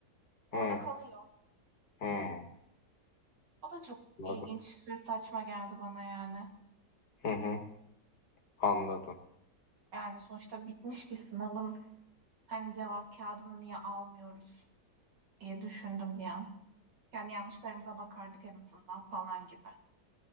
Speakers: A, on the right; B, on the left.
A: Orada
B: hı
A: kalıyor.
B: hı hı.
A: O da çok
B: Anladım.
A: ilginç ve saçma geldi bana yani.
B: Hı hı, anladım.
A: Yani sonuçta bitmiş bir sınavın hani cevap kağıdını niye almıyoruz diye düşündüm bir an. Yani yanlışlarımıza bakardık en azından falan gibi.